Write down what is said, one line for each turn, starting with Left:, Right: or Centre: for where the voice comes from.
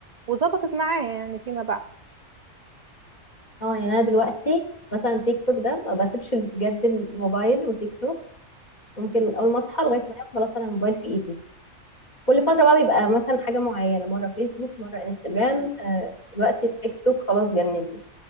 Right: وظبطت معايا يعني فيما بعد
Left: اه يعني أنا دلوقتي مثلا تيك توك ده ما بسيبش بجد الموبايل وتيك توك ممكن من أول ما أصحى لغاية ما أنام خلاص أنا الموبايل في إيدي كل فترة بقى بيبقى مثلا حاجة معينة مرة فيسبوك مرة انستجرام أه دلوقتي التيك توك خلاص جنني